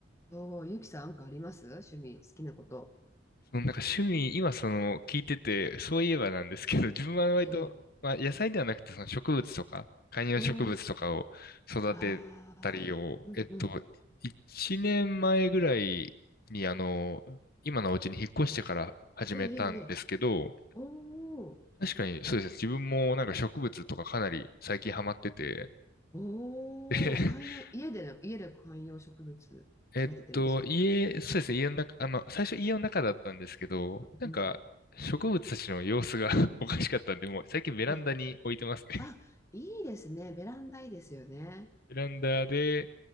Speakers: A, on the left (about 15°); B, on the left (about 50°).
A: そう、ゆきさん、なんかあります趣味、好きなこと。
B: そのなんか趣味、今その聞いてて、そういえばなんですけど、自分は割と、
A: ええ。
B: まあ野菜ではなくてその植物とか、観葉植物とかを育てたりを、
A: おー、ああ、うんうん。
B: えっと、1年前ぐらいにあの、今のお家に引っ越してから始めたんですけど、
A: ええ、ええ、ええおー、
B: 確かにそうですね。自分もなんか植物とかかなり最近ハマってて、
A: おー、
B: で、
A: 観葉、
B: <laughs>
A: 家で、家で観葉植物育ててるんですか
B: えっと、家、そうですね、家の中、あ、まあ、最初家の中だったんですけど、
A: うんうん。
B: なんか、植物たちの様子が <laughs> おかしかったんで、もう最近ベランダに置いてますね。
A: え、あ、いいですね。ベランダいいですよね。
B: <laughs> ベランダで、